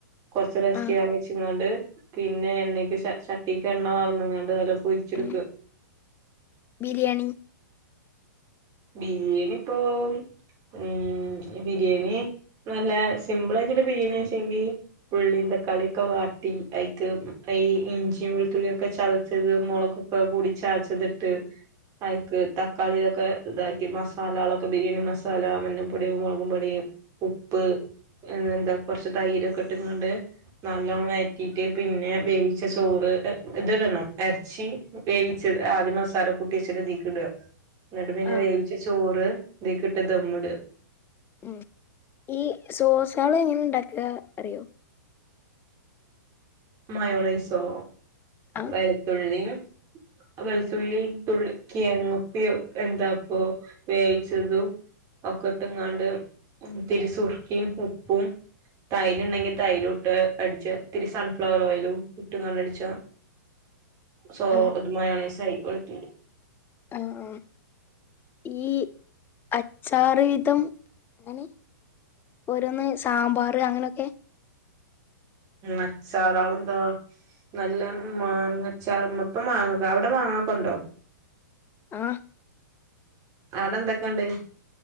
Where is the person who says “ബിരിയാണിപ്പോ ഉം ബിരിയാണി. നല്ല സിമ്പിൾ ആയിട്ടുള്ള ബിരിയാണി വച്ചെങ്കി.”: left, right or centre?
Right